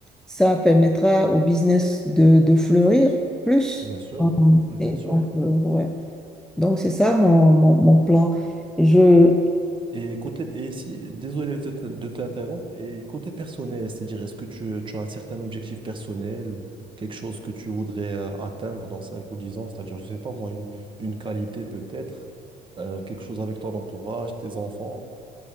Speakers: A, in the centre; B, on the right.
A: ça permettra au business de, de fleurir plus.
B: bien sûr, bah, cool, bien
A: Et
B: sûr.
A: donc, euh, ouais. Donc, c'est ça mon, mon, mon plan. Je,
B: Et côté, et si, désolé de t- de t'interrompre, et côté personnel, c'est-à-dire est-ce que tu, tu as un certain objectif personnel, quelque chose que tu voudrais euh, atteindre dans 5 ou 10 ans, c'est-à-dire, je sais pas moi, une, une qualité peut-être, euh, quelque chose avec ton entourage, tes enfants,